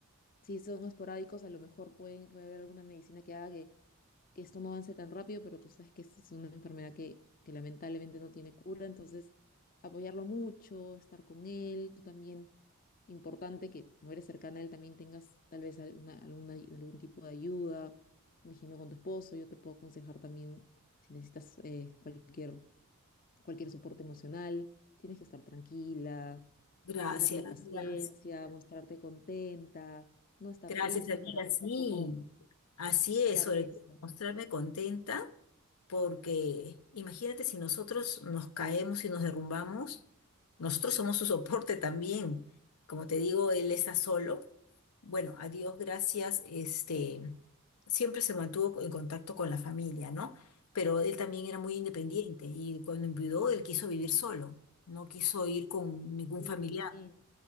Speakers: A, on the left; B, on the left.
A: si son esporádicos, a lo mejor pueden, puede haber alguna medicina que haga que, que esto no avance tan rápido, pero tú sabes que es es una enfermedad que, que lamentablemente no tiene cura, entonces apoyarlo mucho, estar con él, tú también, importante que como eres cercana a él también tengas tal vez alguna, alguna, algún tipo de ayuda, imagino con tu esposo, yo te puedo aconsejar también si necesitas eh, cualquier cualquier soporte emocional, tienes que estar tranquila,
B: Gracias,
A: tenerle paciencia,
B: gracias.
A: mostrarte contenta, no estar
B: Gracias,
A: triste
B: amiga.
A: para que
B: Sí,
A: tampoco
B: así es,
A: cargue
B: sobre todo
A: eso. ¿no?
B: mostrarme contenta, porque imagínate si nosotros nos caemos y nos derrumbamos, nosotros somos su soporte también. Como te digo, él está solo. Bueno, a Dios gracias, este, siempre se mantuvo en contacto con la familia, ¿no? Pero él también era muy independiente y cuando enviudó, él quiso vivir solo, no quiso ir con ningún
A: Sí,
B: familiar,
A: me imagino.